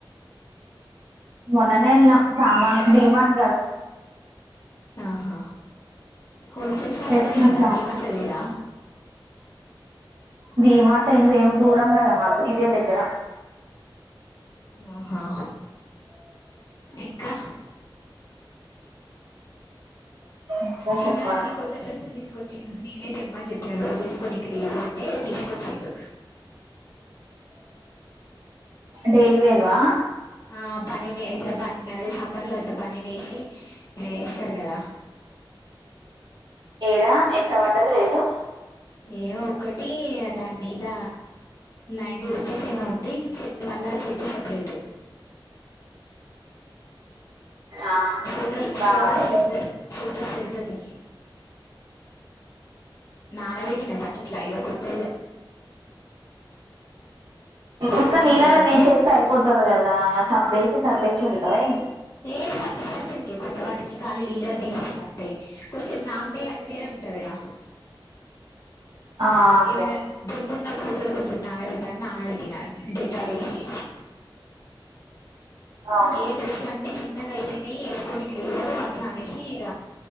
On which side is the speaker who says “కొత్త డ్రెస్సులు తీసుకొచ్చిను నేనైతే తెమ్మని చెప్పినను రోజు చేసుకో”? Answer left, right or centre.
Left